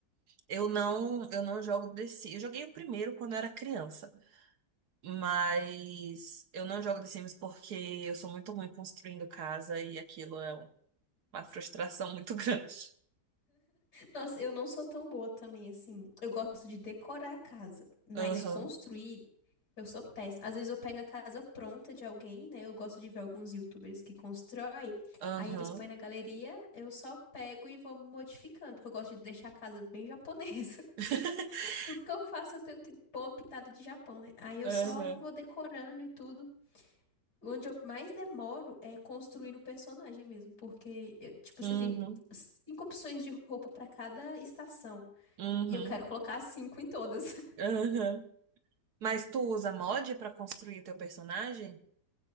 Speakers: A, on the right; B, on the left.
A: Eu não, eu não jogo The Sims. Eu joguei o primeiro quando eu era criança, mas eu não jogo The Sims porque eu sou muito ruim construindo casa e aquilo é uma frustração muito <laughs> grande.
B: Nossa, eu não sou tão boa também, assim. Eu gosto de decorar a casa, mas
A: Aham,
B: construir. Eu sou péssima. Às vezes eu pego a casa pronta de alguém, né? Eu gosto de ver alguns YouTubers que constroem.
A: aham,
B: Aí eles põem na galeria, eu só pego e vou modificando, porque eu gosto de deixar a casa bem <laughs> japonesa.
A: <laughs>
B: Tudo que eu faço eu tenho que pôr uma pitada de Japão, né? Aí eu
A: aham,
B: só vou decorando e tudo. Onde eu mais demoro é construindo o personagem mesmo, porque, eh, tipo,
A: uhum,
B: você tem cinco opções de roupa pra cada estação.
A: uhum,
B: E eu quero colocar cinco em todas. <laughs>
A: aham. Mas tu usa mod pra construir teu personagem?